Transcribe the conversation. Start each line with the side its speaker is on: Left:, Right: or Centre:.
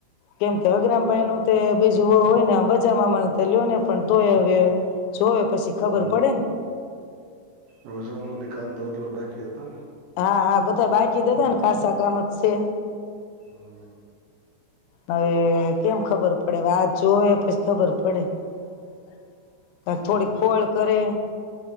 Left: કેમ હગ્રમભાઈનું તે બીજુ હો હોયને વજામાં મન તો લ્યોને પણ તોય હવે જોવે પછી ખબર
Right: હમ
Left: પડે ને
Right: રોજા મને કામ તો અધૂરા બાકી હતાને
Left: હા હા બધા બાકી જ હતાને ખાસા કામત શે.
Right: <unintelligible>
Left: હવે કેમ ખબર પડે વા જોવે પછી ખબર પડે. <unintelligible> થોડી
Right: એવું
Left: ખોલ
Right: છે બધું
Left: કરે.